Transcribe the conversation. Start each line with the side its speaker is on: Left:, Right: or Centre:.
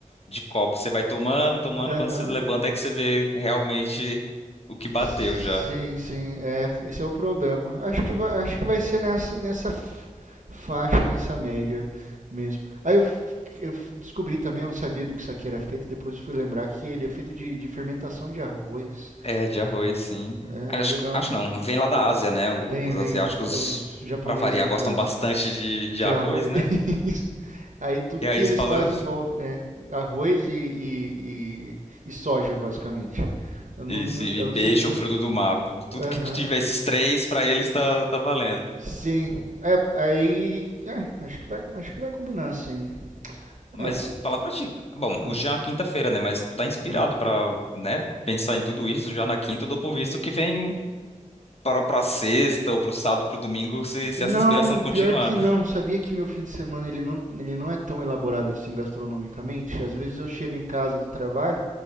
Left: de copo, você vai tomando, tomando.
Right: Aham.
Left: Quando você levanta, é que você vê realmente o que bateu
Right: Sim,
Left: já.
Right: sim, é, esse é o problema. Acho que vai, acho que vai ser nessa, nessa f- faixa, nessa média mesmo. Aí eu, f- eu f- descobri também, eu não sabia do que isso aqui era feito, depois eu fui lembrar que ele é feito de, de fermentação de arroz.
Left: É, de arroz, sim.
Right: É,
Left: Acho,
Right: legal.
Left: acho não. Vem lá da Ásia, né? O-
Right: Vem,
Left: Os
Right: vem,
Left: asiáticos,
Right: é os japoneses
Left: pra variar,
Right: no
Left: gostam
Right: caso,
Left: bastante de,
Right: de
Left: de arroz,
Right: arroz.
Left: né?
Right: <laughs> Aí tudo
Left: E
Right: que
Left: aí eles
Right: eles
Left: falam.
Right: fazem
Left: <laughs>
Right: envolve, é, arroz e, e, e- e soja, basicamente. Eu não,
Left: Isso,
Right: não-
Left: e
Right: eu
Left: peixe
Right: não sei, eu não,
Left: ou fruto do mar. Tudo
Right: Aham.
Left: que tiver esses três, pra eles tá, tá valendo.
Right: Sim. É, aí. é, acho que vai, acho que vai combinar, sim.
Left: Mas
Right: É.
Left: falar pra ti, bom,
Right: é,
Left: hoje é uma quinta-feira, né? Mas tu tá inspirado
Right: é.
Left: pra, né, pensar em tudo isso já na quinta, eu dou por visto que vem pra, pra sexta ou pro sábado, pro domingo, se, se
Right: Não,
Left: essa inspiração continuar.
Right: pior que não. Sabia que meu fim de semana ele não, ele não é tão elaborado assim gastronomicamente. Às vezes eu chego em casa do trabalho,